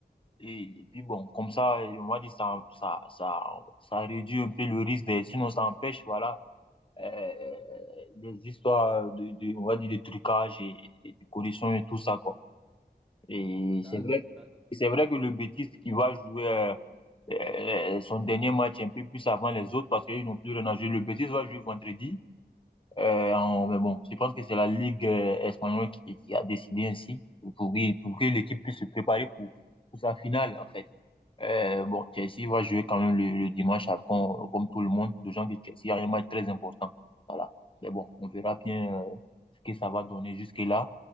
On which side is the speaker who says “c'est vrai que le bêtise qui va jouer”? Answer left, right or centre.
Left